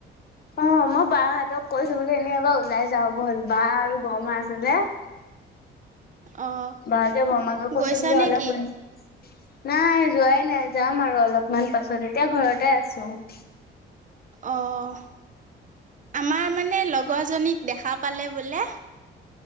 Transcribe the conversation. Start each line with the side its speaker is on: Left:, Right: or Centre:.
Left: অঁ মই বাহঁতক কৈছো এনেই এবাৰ ওলাই যাওঁ ব বা আৰু বৰমা আছে যে-
Right: অ'
Left: বাকে বমা ক কইচে
Right: গৈছা
Left: বোলে
Right: নে
Left: অলপ
Right: কি
Left: সোনি- নাই যোৱাই নাই যাম আৰু অলপমান পাছত এতিয়া ঘৰতে আছো-
Right: অঁ আমাৰ মানে লগৰজনীক দেখা পালে বোলে-